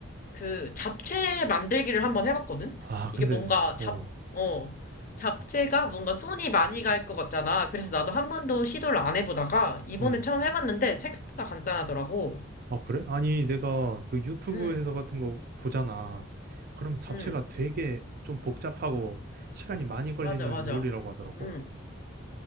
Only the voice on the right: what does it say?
아,
근데,
어,
음
아, 그래? 아니, 내가 그 유튜브
해설 같은 거 보잖아. 그럼 잡채가
되게 좀 복잡하고 시간이 많이 걸리는
요리라고 하더라고.